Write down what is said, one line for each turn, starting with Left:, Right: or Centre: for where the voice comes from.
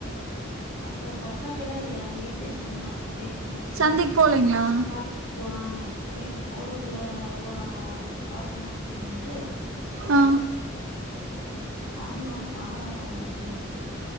Left: அப்பற தக்காளி எல்லா இல்ல நேத்தே சொன்ன ரேஷன் ஆச்சி
Right: சந்தைக்கு போலீங்களா
Left: சந்தைக்கு போலான நேத்தே கோயில்ல எல்லா பாக்கணு கொள்ளனுன்ட்டு
Right: ஆ
Left: ஆ <unintelligible> மழ வேற வந்துருச்சு நேத்து